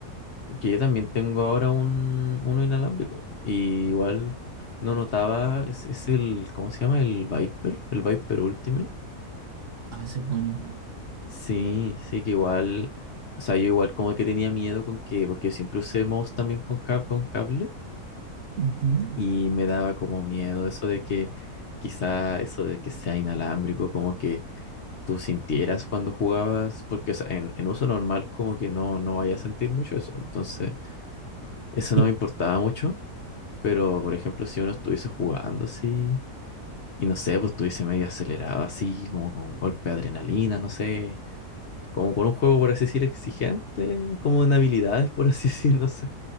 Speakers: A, on the left (about 50°); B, on the right (about 55°).
A: Que yo también tengo ahora un, uno inalámbrico. Y igual no notaba, es, es el, ¿cómo se llama? El Viper, el Viper Ultimate.
B: A veces, bueno.
A: Sí, sí, que igual, o sea, yo igual como que tenía miedo con que, porque siempre usé mouse también con, ca- con cable
B: Ujú.
A: y me daba como miedo eso de que quizá eso de que sea inalámbrico, como que tú sintieras cuando jugabas, porque o sea, en, en uso normal como que no, no vaya a sentir mucho eso. Entonces, eso
B: Pero-
A: no me importaba mucho. Pero, por ejemplo, si uno estuviese jugando así, y no sé, pues estuviese medio acelerado así, como con un golpe de adrenalina, no sé, como con un juego, por así decir, exigente, como en habilidades, por así <laughs> decir, no sé.